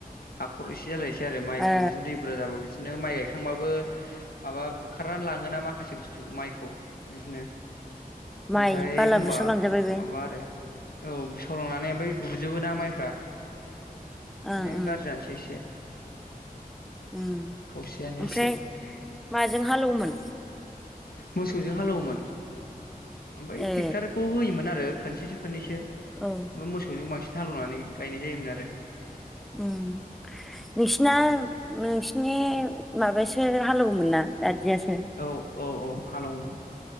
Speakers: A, on the left (about 75°); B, in the centre.
A: हाखर एसे बिदि जालायसै आरो माइखौ
B: ओ
A: बिदिनो दै बुरा जाबा बिदि बिदिनो माइ गायखांबाबो माबा बुरखारनानै लाङोना माखासे बुस्थु माइखौ बिदिनो
B: माइ
A: ओमफ्राय
B: बाला
A: एखमबा
B: बुस'लांजाबाय बे
A: माबा आरो औ फलंनानै ओमफ्राय गुजोबो ना माइफ्रा बिदिनो
B: ओं ओं
A: गाज्रि जानोसै एसे।
B: उम
A: खावसेयानो
B: ओमफ्राय
A: एसे
B: माजों हालेवोमोन?
A: मोसौजों हालेवोमोन। ओमफय
B: ए
A: ट्रेक्टरखौ होयोमोन आरो खोननसेसो खनैसो।
B: औ
A: मोसौजों बांसिन हालेवनानै गायनाय जायोमोन आरो।
B: ओं नोंसिना नोंसिनि माबायासो हालेवोमोन नना दा। जायासै
A: औ औ औ हालौवोमोन